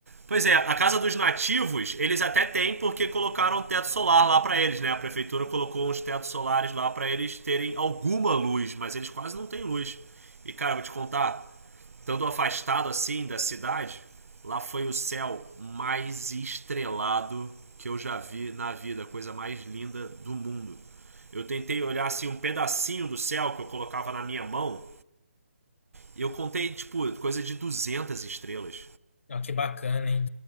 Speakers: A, on the right; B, on the left.
A: Pois é, a casa dos nativos, eles até têm porque colocaram um teto solar lá pra eles, né? A prefeitura colocou uns tetos solares lá pra eles terem alguma luz, mas eles quase não têm luz. E cara, vou te contar, estando afastado assim da cidade, lá foi o céu mais estrelado que eu já vi na vida, a coisa mais linda do mundo. Eu tentei olhar assim um pedacinho do céu que eu colocava na minha mão, e eu contei tipo coisa de 200 estrelas.
B: Ó, que bacana, hein?